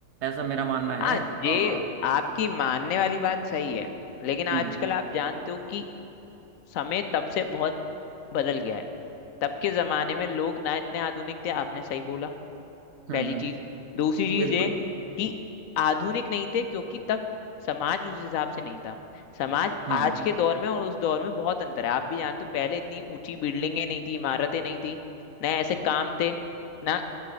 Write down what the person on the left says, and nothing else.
हाँ
ये आपकी मानने वाली बात सही है लेकिन आजकल
आप जानते हो कि समय तब से बहुत बदल गया है तब के जमाने में लोग ना इतने आधुनिक थे आपने सही बोला
पहली
चीज दूसरी चीज
ये कि आधुनिक नहीं थे क्योंकि तब समाज उस हिसाब से नहीं था समाज
आज के दौर में और उस दौर में बहुत अंतर है आप भी जानते हो पहले इतनी ऊंची बिल्डिंगें नहीं थी इमारतें नहीं थी ना ऐसे काम थे ना